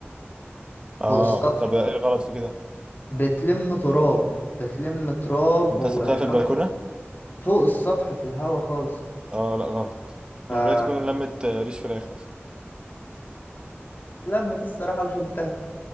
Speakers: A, on the right; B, on the left.
A: اه
B: فوق السطح
A: طب إيه الغلط في كده؟
B: بتلم تراب بتلم تراب
A: أنت
B: وهواء
A: سبتها في البلكونة؟
B: فوق السطح في الهواء خالص
A: اه لا غلط
B: فما
A: مش بقيت تكون لمة آه، ريش فراخ مثلا
B: لمت الصراحة وشلتها